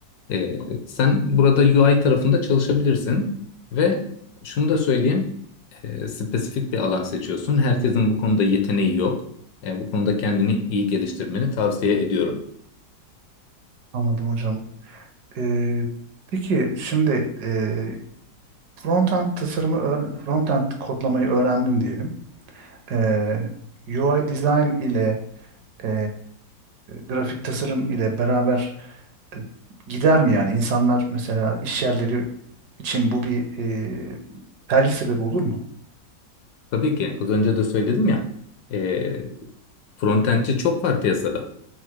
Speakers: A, on the left; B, on the right.
A: E, sen burada UI tarafında çalışabilirsin ve şunu da söyleyeyim, e, spesifik bir alan seçiyorsun. Herkesin bu konuda yeteneği yok. E, bu konuda kendini iyi geliştirmeni tavsiye ediyorum.
B: Anladım hocam. Ee, peki şimdi e, frontend tasarımı öğren- frontend kodlamayı öğrendim diyelim. Ee, UI design ile e, grafik tasarım ile beraber e, gider mi yani? İnsanlar mesela iş yerleri için bu bir e, tercih sebebi olur mu?
A: Tabii ki az önce de söyledim ya e, frontendçi çok var piyasada